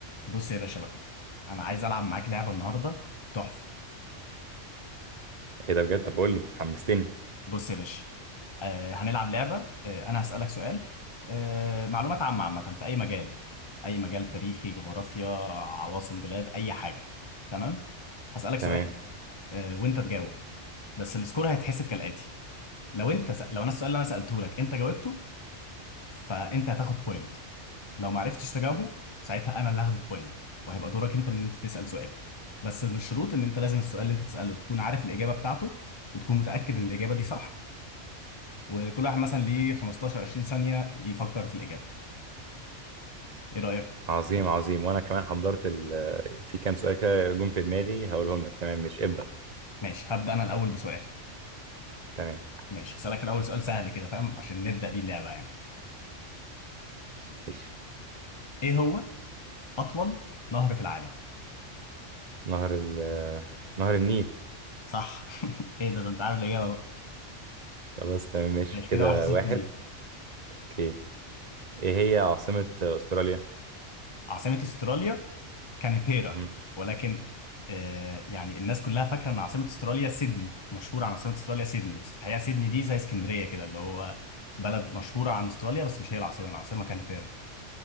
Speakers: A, on the left; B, on the right.
A: بص يا باشا بقى انا عايز العب معاك لعبه النهارده تحفه
B: ايه ده بجد طب قول لي حمستني
A: بص يا باشا آه هنلعب لعبه آه انا هسالك سؤال آه معلومات عامه عامه في اي مجال اي مجال تاريخي جغرافيا عواصم بلاد اي حاجه تمام هسالك سؤال
B: تمام
A: آه وانت تجاوب بس السكور هيتحسب كالاتي لو انت س... لو انا السؤال اللي انا سالته لك انت جاوبته فانت هتاخد بوينت لو ما عرفتش تجاوبه ساعتها انا اللي هاخد البوينت وهيبقى دورك انت ان انت تسال سؤال بس من الشروط ان انت لازم السؤال اللي انت تساله تكون عارف الاجابه بتاعته وتكون متاكد ان الاجابه دي صح وكل واحد مثلا ليه 15 20 ثانيه يفكر في الاجابه ايه رايك
B: عظيم عظيم وانا كمان حضرت ال... في كام سؤال كده جم في دماغي هقولهم لك تمام مش ابدأ
A: ماشي هبدا انا الاول بسؤال
B: تمام
A: ماشي هسالك في الاول سؤال سهل كده فاهم عشان نبدا بيه اللعبه يعني
B: ماشي ماشي
A: ايه هو اطول نهر في العالم
B: نهر ال... نهر النيل
A: صح <laughs> ايه ده ده انت عارف الاجابه بقى
B: خلاص تمام ماشي
A: ماشي
B: كده
A: كده 1-0
B: واحد
A: ليك
B: اوكي ايه هي عاصمة استراليا
A: عاصمة استراليا كانبيرا
B: مهم.
A: ولكن آه يعني الناس كلها فاكرة ان عاصمة استراليا سيدني مشهورة عن عاصمة استراليا سيدني بس الحقيقة سيدني دي زي اسكندرية كده اللي هو بلد مشهورة عن استراليا بس مش هي العاصمة العاصمة كانبيرا